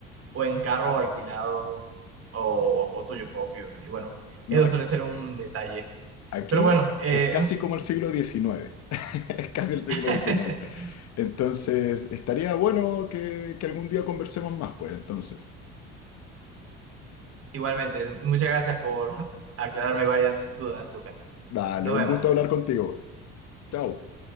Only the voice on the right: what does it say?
o en carro alquilado o, o tuyo propio. Y bueno, eso
suele ser un detalle.
Pero bueno, eh,
<laughs>
igualmente, muchas gracias por aclararme varias dudas, Lucas.
Nos
vemos.